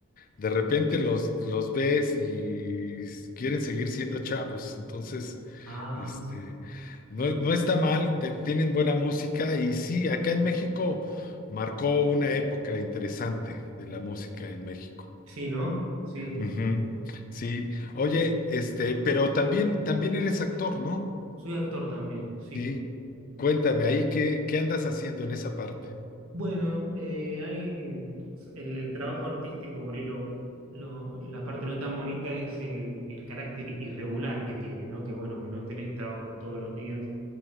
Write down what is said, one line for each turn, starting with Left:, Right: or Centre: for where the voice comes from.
Left: de repente los, los ves y quieren seguir siendo chavos. Entonces,
Right: Ah,
Left: Este, no,
Right: eh,
Left: no está mal, te- tienen buena música y sí, acá en México marcó una época interesante de la música en México.
Right: sí, ¿no? Sí.
Left: Ujú, Sí, oye, este, pero también, también eres actor, ¿no?
Right: Soy actor también, sí.
Left: Sí, cuéntame ahí qué, qué andas haciendo en esa parte.
Right: Bueno, eh, hay el, el trabajo artístico, por ahí lo- lo- la parte no tan bonita es el, el carácter irregular que tiene, ¿no? Que bueno, que no tenés trabajo todos los días.